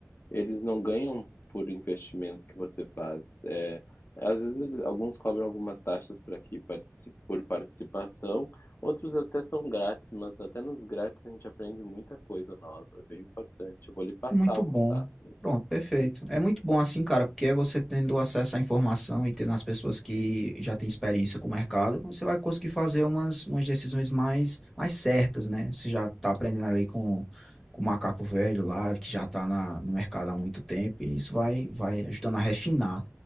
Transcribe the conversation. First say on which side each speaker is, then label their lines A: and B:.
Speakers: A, on the left; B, in the centre.
A: eles não ganham por investimento que você faz. É, às vezes eles- alguns cobram algumas taxas para que partici- por participação, outros até são grátis, mas até nos grátis a gente aprende muita coisa nova, é bem importante. Eu vou lhe passar
B: É muito
A: o
B: bom.
A: contato.
B: Pronto, perfeito. É muito bom assim, cara, porque é você tendo acesso à informação e tendo as pessoas que já têm experiência com o mercado, você vai conseguir fazer umas, umas decisões mais, mais certas, né? Você já tá aprendendo ali com, com o macaco velho lá, que já tá na, no mercado há muito tempo, e isso vai, vai ajudando a refinar